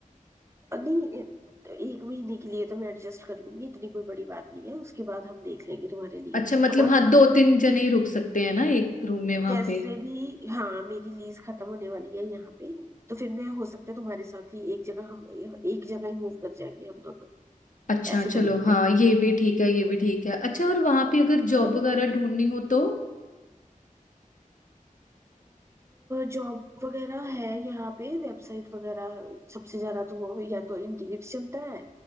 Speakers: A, on the right (about 20°); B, on the left (about 65°).
A: और नहीं अ, एक महीने के लिए तो मैं एडजस्ट कर लूंगी इतनी कोई बड़ी बात नहीं है उसके बाद हम देख लेंगे तुम्हारे लिए
B: अच्छा मतलब
A: और
B: हाँ
A: अ,
B: दो तीन जने ही रुक सकते हैं ना एक रूम में वहां
A: वैसे
B: पे
A: भी हाँ मेरी लीज खत्म होने वाली है यहाँ पे तो फिर मैं हो सकता है तुम्हारे साथ ही एक जगह हम एक जगह ही मूव कर जाएंगे हम दोनों
B: अच्छा
A: ऐसे
B: चलो
A: कर लेंगे
B: हाँ ये भी ठीक है ये भी ठीक है अच्छा और वहां पे अगर जॉब
A: है ना
B: वगैरह ढूंढनी हो तो
A: जॉब वगैरह है यहाँ पे वेबसाइट वगैरह सबसे ज्यादा तो वो या तो इंडीड चलता है